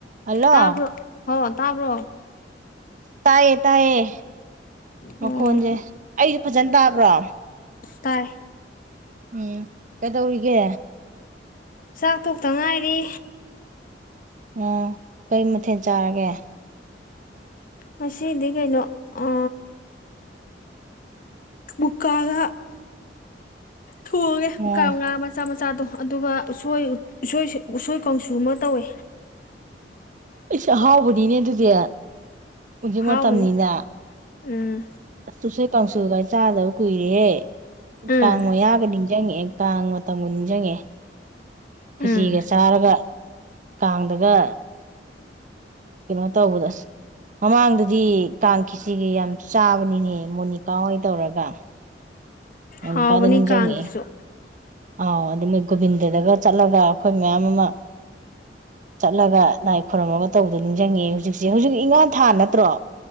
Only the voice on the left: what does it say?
ꯇꯥꯕ꯭ꯔꯣ ꯍꯣ ꯇꯥꯕ꯭ꯔꯣ
ꯎꯝ
ꯇꯥꯏ
ꯆꯥꯛ ꯇꯣꯛꯇꯉꯥꯏꯗꯤ
ꯃꯁ ꯏꯗꯤ ꯀꯩꯅꯩꯅꯣ ꯑ ꯕꯨꯀꯒ ꯊꯣꯡꯑꯒꯦ
ꯃꯨꯀꯥ ꯃꯨꯀꯥ ꯃꯆꯥ ꯃꯆꯥ ꯃꯆꯥꯗꯣ ꯑꯗꯨꯒ ꯎ ꯎꯁꯣꯏ ꯀꯥꯡꯁꯨ ꯑꯃ ꯇꯧꯋꯦ
ꯍꯥꯎꯕꯅꯤ
ꯎꯝ
ꯎꯝ
ꯎꯝ
ꯍꯥꯎꯕꯅꯤ
ꯀꯥꯡꯁꯤꯁꯨ